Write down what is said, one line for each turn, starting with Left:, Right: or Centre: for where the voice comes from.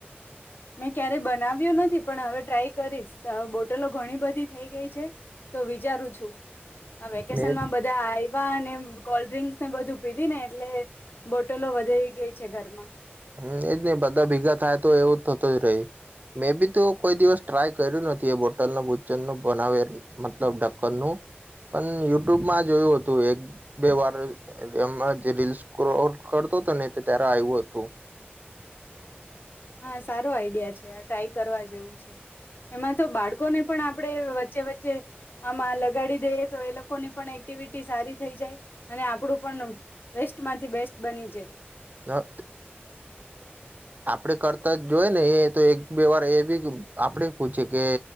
Left: મેં ક્યારે બનાવ્યું નથી પણ હવે ટ્રાય કરીશ બોટલો ઘણી બધી થઈ ગઈ છે. તો વિચારું છું વેકેશનમાં
Right: મેં
Left: બધા આયવા અને કોલ્ડ ડ્રિંકસને બધું પીધી ને એટલે બો ટલો વધાઈ ગઈ છે ઘરમાં.
Right: હમ્મ, એજ ને બધા ભેગા થાય તો એવું થતું જ રેય મે બી તો કોઈ દિવસ ટ્રાય કર્યું નથી એ બોટલના બુચ્ચનનો બનાવે મતલબ ઢક્કન નું પણ યુટ્યુબમાં જોયું હતું એક બે વાર એમ જ રીલ સ્ક્રોલ કરતો હતો ને ત્યારે આવ્યું હતું.
Left: હા સારો આઈડિયા છે આ ટ્રાય કરવા જેવું છે. એમાં તો બાળકોને પણ આપણે વચ્ચે વચ્ચે જે આમાં લગાડી દઈએ તો એ લોકોની પણ એક્ટિવિટી સારી થઈ જાય અને આપણું પણ બેસ્ટમાંથી બેસ્ટ બની જાય.
Right: હા, આપણે કરતા જોઈ ને એ તો એક બે વાર એ બી આપણે પૂછે કે